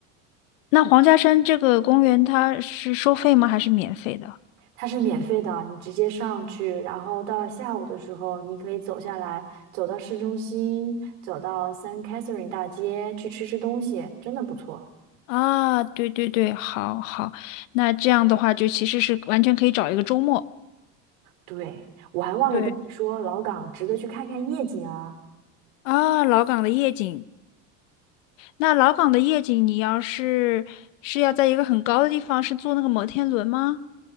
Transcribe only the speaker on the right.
它是免费的，你直接上去，然后到了下午的时候，你可以走下来，走到市中心，走到 San Catherine 大街去吃吃东西，真的不错。
对，我还忘了跟你说，
老港值得去看看夜景啊。